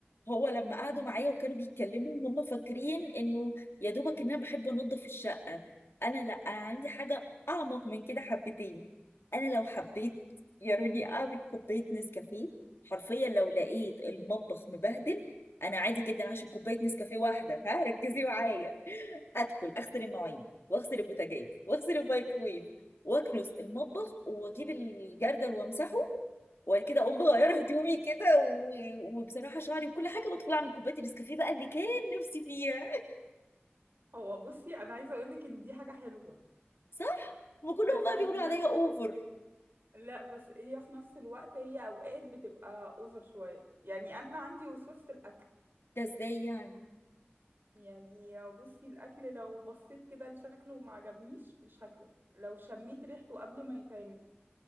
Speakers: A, on the left (about 80°); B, on the right (about 60°).
A: هو لما قعدوا معايا وكانوا بيتكلموا هم فاكرين انه يا دوبك ان انا بحب انضف الشقه انا لا انا عندي حاجه اعمق من كده حبتين انا لو حبيت
B: اه
A: يا روني اعمل كوبايه نسكافيه حرفيا لو لقيت المطبخ مبهدل انا عادي جدا عشان كوبايه نسكافيه واحده ها ركزي معايا ادخل اغسل المواعين واغسل البوتاجاز واغسل الميكرويف واكنس المطبخ واجيب الجردل وامسحه وبعد كده اقوم مغيره هدومي كده و... وبصراحه شعري وكل حاجه وادخل اعمل كوبايه النسكافيه بقى اللي كان نفسي فيها
B: هو بصي انا عايزه اقول لك ان دي حاجه حلوه
A: صح وكلهم
B: بس
A: بقى بيقولوا
B: في نفس
A: عليا اوفر
B: لا بس هي في نفس الوقت هي اوقات بتبقى اوفر شويه يعني انا عندي وسواس في الاكل
A: ده ازاي يعني
B: يعني بصي الاكل لو بصيت كده لشكله وما عجبنيش مش هاكله لو شميت ريحته قبل ما يتعمل